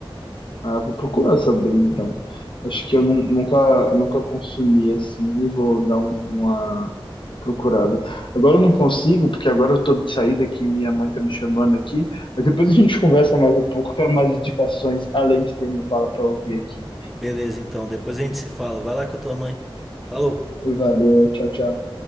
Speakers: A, on the left (about 60°); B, in the centre.
A: Ah, vou procurar saber então. Acho
B: Pode crer.
A: que eu nun- nunca, nunca consumi assim e vou dar um- uma procurada. Agora eu não consigo, porque agora eu tô de saída que minha mãe tá me chamando aqui. Mas depois a gente conversa mais um pouco. Quero mais indicações além de ter me Impala para ouvir aqui.
B: Beleza, então, depois a gente se fala. Vai lá com a tua mãe. Falou.
A: Valeu, tchau, tchau.